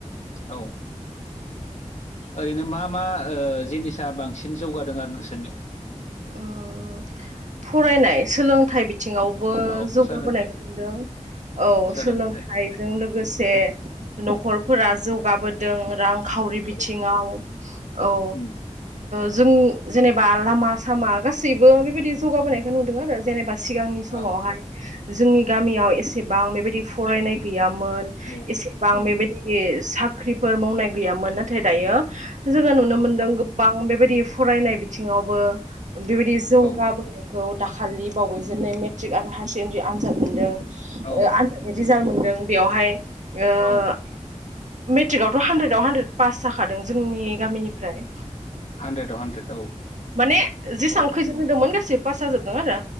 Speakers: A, on the left; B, on the right.
A: औ ओरैनो मा मा ओ जिनिसा बां सिन जौगादों आरो नोंसोरनियाव
B: ओ फरायनाय सोलोंथाइ बि बिथिंङावबो
A: औ
B: जौगाबोनाय
A: सोलों
B: नुदों। औ
A: सोलोंथाइ
B: सोलोंथाइजों लोगोसे नखर फोरा जौगाबोदों रांखावरि बिथिङाव
A: औ
B: औ
A: उम
B: जों जेनेबा लामा-सामा गासैबो बेबायदि जौगाबोनायखौ नुदों आरो जेनेबा सिगांनि समावहाय
A: औ
B: जोंनि गामियाव एसेबां बेबायदि फरायनाय गैयामोन
A: औ
B: एसेबां
A: औ
B: बेबायदि साख्रिफोर मावनाय गैयामोन, नाथाय दायो जोङो नुनो मोनदों गोबां बेबायदि फरायनाय बिथिङावबो बेबायदि जौगाबोनायखौ
A: औ
B: खालि बावैस नै मेट्रिक आरो हायार सेकेणडारि आनजाद मोनदों
A: औ
B: आनजादनि रिजाल मोनदों बेयावहाय ओ
A: औ
B: मेट्रिकआवथ' हानद्रेदआव हानद्रेद पास जाखादों जोंनि गामिनिफ्राय
A: हानद्रेदाव हानद्रेद औ
B: माने जेसां
A: औ
B: खैजोन होदोंमोन गासैबो पास हाजोबदों आरो